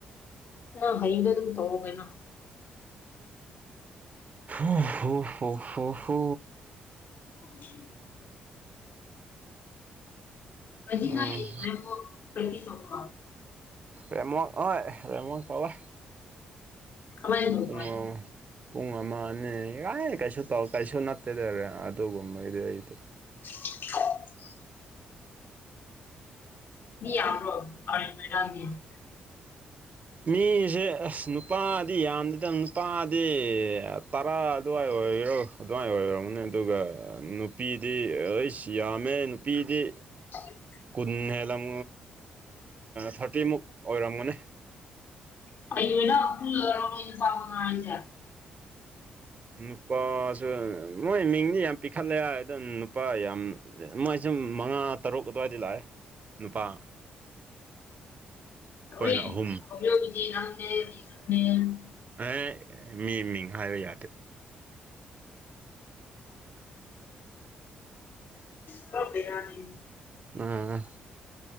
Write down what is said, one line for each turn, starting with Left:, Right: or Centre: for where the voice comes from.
Left: ꯅꯪ ꯍꯌꯦꯡꯗꯣ ꯑꯗꯨꯝ ꯇꯧꯑꯣ ꯀꯩꯅꯣ
Right: ꯍ ꯍꯣ ꯍꯣ ꯍꯣ ꯍꯣ
Left: <inaudible> ꯉꯦꯁꯤ
Right: ꯎꯝ
Left: ꯅꯣꯏ ꯔꯦꯃꯣ ꯄ꯭ꯔꯦꯛꯇꯤꯁ ꯇꯧꯕ꯭ꯔꯣ
Right: ꯔꯦꯝꯋꯥꯛ ꯍꯣꯏ ꯔꯦꯝꯋꯥꯛ ꯇꯧꯋꯦ
Left: ꯀꯃꯥꯏꯅ ꯇꯧꯕ꯭ꯔꯣ
Right: ꯑꯝ ꯄꯨꯡ ꯑꯃ ꯑꯅꯤ ꯌꯥꯥꯏ ꯀꯩꯁꯨ ꯇꯧ ꯀꯩꯁꯨ ꯅꯠꯇꯦꯗ ꯑꯗꯨꯒꯨꯝꯕꯩꯗꯤ ꯑꯩꯗꯤ
Left: <inaudible> ꯃꯤ ꯌꯥꯝꯕ꯭ꯔꯣ <unintelligible>
Right: ꯃꯤꯁꯦ ꯑꯁ ꯅꯨꯄꯥꯗꯤ ꯌꯥꯝꯗꯗꯅꯨꯄꯥꯗꯤ ꯑꯦ ꯇꯔꯥ ꯑꯗꯨꯋꯥꯏ ꯑꯣꯏꯔꯣ ꯑꯗ꯭ꯋꯥꯏ ꯑꯣꯏꯝꯒꯅꯤ ꯑꯗꯨꯒ ꯅꯨꯄꯤꯗꯤ ꯑꯩꯁ ꯌꯥꯝꯃꯦ ꯅꯨꯄꯤꯗꯤ
Left: <inaudible>
Right: ꯀꯨꯟ ꯍꯦꯜꯂꯝ ꯊꯥꯔꯇꯤꯃꯨꯛ ꯑꯣꯏꯔꯝꯒꯅꯤ
Left: <unintelligible>
Right: ꯅꯨꯄꯥꯁꯦ ꯃꯣꯏ ꯃꯤꯡꯗꯤ ꯌꯥꯝ ꯄꯤꯈꯠꯂꯦ ꯑꯗ ꯅꯨꯄꯥ ꯌꯥꯝ ꯃꯣꯏ ꯁꯨꯝ ꯃꯉꯥ ꯇꯔꯨꯛ ꯑꯗ꯭ꯋꯥꯏꯗꯤ ꯂꯥꯛꯑꯦ ꯅꯨꯄꯥ
Left: <unintelligible>
Right: ꯑꯩꯈꯣꯏꯅ ꯑꯍꯨꯝ ꯑꯦ ꯃꯤ ꯃꯤꯡ ꯍꯥꯏꯕ ꯌꯥꯗꯦ
Left: <inaudible> ꯄꯨꯔꯥ ꯕꯦꯔꯥꯅꯤ
Right: ꯎꯝ